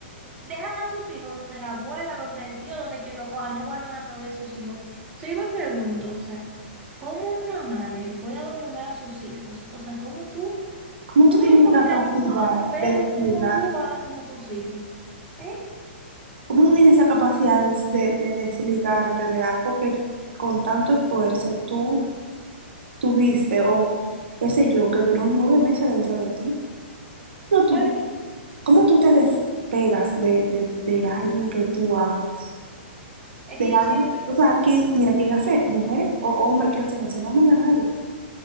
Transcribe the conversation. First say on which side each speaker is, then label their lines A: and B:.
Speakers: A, on the right; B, on the right.
A: dejan a sus hijos donde la abuela, donde el tío, donde quien lo coja, no vuelven a saber de sus hijos. So, yo me pregunto, o sea, ¿cómo una madre puede abandonar a sus hijos? O sea, ¿cómo tú,
B: ¿Cómo
A: uno
B: tú tienes
A: le coge
B: la
A: cariño
B: capacidad
A: a un perro,
B: de desligarte?
A: ¿cómo tú vas a abandonar a tus hijos? ¿Eh?
B: ¿Cómo tú tienes esa capacidad de, de de desligarte de algo que con tanto esfuerzo tú tuviste o qué sé yo, que duró nueve meses dentro de ti. No, tú,
A: Claro que-
B: ¿cómo tú te despegas de, de, de alguien que tú amas?
A: Es
B: De
A: que
B: alguien,
A: yo siempre,
B: o sea, ¿quién, mira, ¿quién hace? ¿Mujeres o hombres que hacen eso? No aman a nadie.